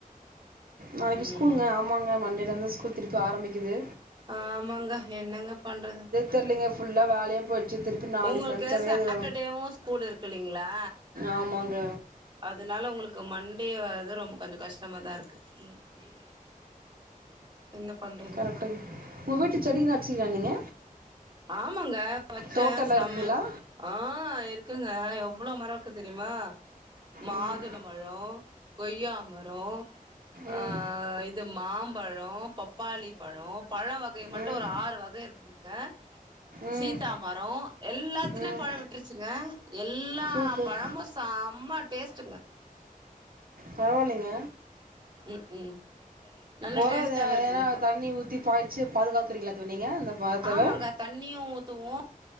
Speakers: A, on the right; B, on the right.
A: நாளைக்கு
B: ம்
A: ஸ்கூலுங்க ஆமாங்க மண்டேல இருந்து ஸ்கூல் திருப்பி ஆரம்பிக்குது
B: ஆமாங்க என்னங்க பண்றது
A: தெர்லைங்க ஃபுல்லா வேலையா போச்சி திருப்பி நாளைக்கு
B: உங்களுக்கு
A: நெனச்சாவே
B: சாட்டர்டேவு
A: அது
B: ஸ்கூல் இருக்கு இல்லைங்களா
A: ஆமாங்க
B: அதனால ஒங்ளுக்கு மண்டே வரது ரொம்ப கொஞ்ச கஷ்டமாதா இருக்கு ம் ம் என்ன பண்
A: ஒங்க வீட்டு செடிக்கு எதனா வச்சிங்ளா நீங்க
B: ஆமாங்க வச்சே
A: தோட்டல்லா
B: சம்ம
A: இருக்குங்களா
B: ஆ இருக்குங்க எவ்ளோ மரோ இருக்கு தெரிமா மாதுளபழோ
A: ம்
B: கொய்யா மரோ
A: ம்
B: அ இந் த மாம்பழோ பப்பாளிப்பழோ பழ வகை மட்டு
A: ம்
B: ஒரு ஆறு வகை இருக்குங்க
A: ம் ம்
B: சீத்தா மரோ எல்லாத்துலு
A: ம்
B: பழ விட்ருச்சுங்க எல்லா
A: சூப்பர்
B: பழமு சம்ம டேஸ்ட்டுங்க
A: பரவாலைங்க
B: ம் ம் நல்லா
A: ஒர
B: டேஸ்ட்டாவே
A: எதுனா
B: இருக்குங்க
A: ஏனா தண்ணி ஊத்தி பாய்ச்சி பாதுகாக்குறீங்களா தோழி நீங்க அந்த மரத்தவ
B: ஆமாங்க தண்ணியு ஊத்துவோ